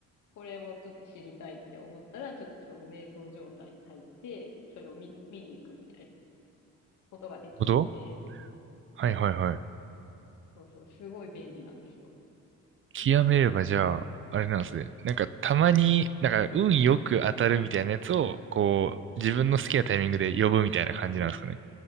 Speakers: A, on the left (about 75°); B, on the right (about 45°).
A: これをちょっと知りたいって思ったら、ちょっとその瞑想状態に入って、それを見、見に行くみたいなことができるんで、
B: ほど。はいはいはい。
A: そうそう、すごい便利なんですよ。
B: 極めればじゃあ、あれなんですね。なんかたまに、なんか運よく当たるみたいなやつを、こう、自分の好きなタイミングで呼ぶみたいな感じなんですかね。